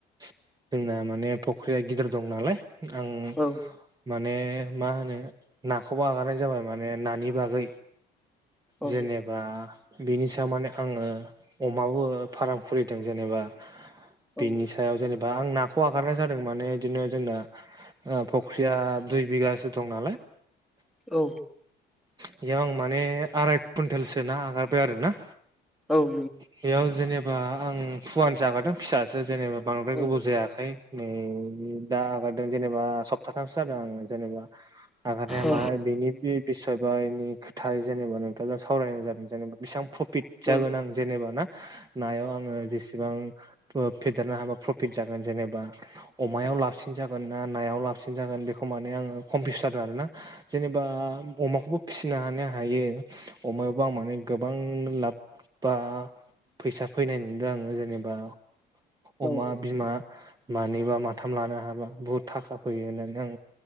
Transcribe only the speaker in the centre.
औ
औ
औ
औ
औ
औ
औ
औ
औ